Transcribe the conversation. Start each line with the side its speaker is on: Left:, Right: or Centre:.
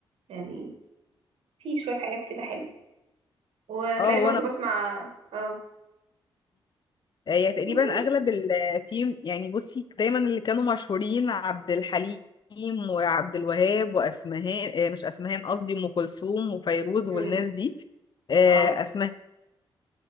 Right: يعني في شويه حاجات كده حلوه وتلاقيني
Left: اه هو
Right: برضو
Left: انا
Right: بسمع اه
Left: هي تقريبا
Right: ما يعني-
Left: اغلب ال في يعني بصي دايما اللي كانوا مشهورين عبد الحليم وعبد الوهاب واسمهان آه، مش اسمهان قصدي ام كلثوم وفيروز
Right: مم.
Left: والناس دي آه،
Right: اه
Left: اسماء